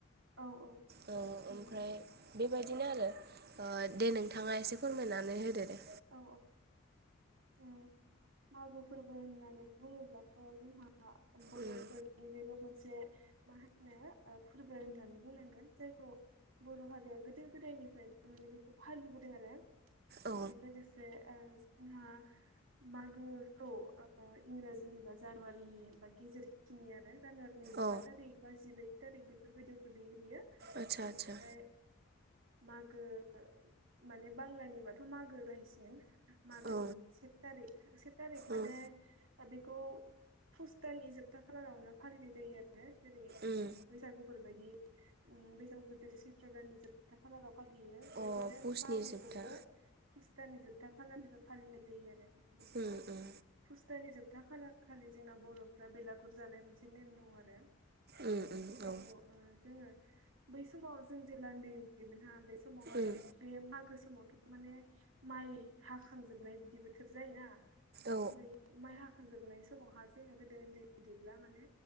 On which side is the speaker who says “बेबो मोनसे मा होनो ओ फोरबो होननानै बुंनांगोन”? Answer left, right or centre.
Right